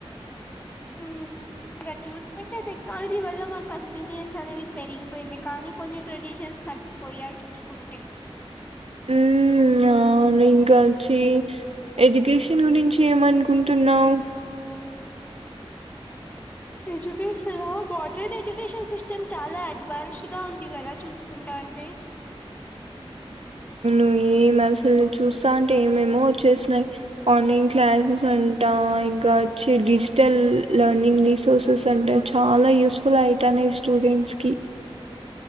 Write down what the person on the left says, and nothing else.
మ్ ఇంగ చూసుకుంటే టెక్నాలజీ వల్ల మా కన్వీనియన్స్ అనేది పెరిగిపోయింది కానీ కొన్ని ట్రెడిషన్ తగ్గిపోయాయి చూసుకుంటే
ఎడ్యుకేషన్ లో బటర్ ఎడ్యుకేషన్ సిస్టమ్ చాలా అడ్వాన్స్డ్ గా ఉంది కదా చూసుకుంటా అంటే